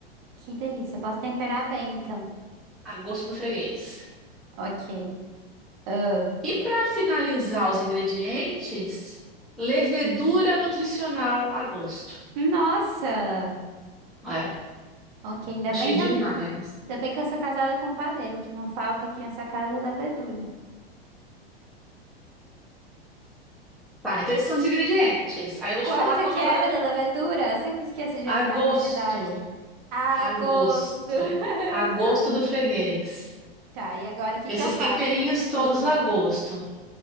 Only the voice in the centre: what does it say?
a gosto do freguês.
E para finalizar os ingredientes, levedura nutricional a gosto.
É,
achei
demais.
Tá, então esses são os ingredientes. Aí eu vou
te falar como
agora
como
a
gosto,
a
gosto,
a gosto
do freguês.
Esses
temperinhos
todos a gosto.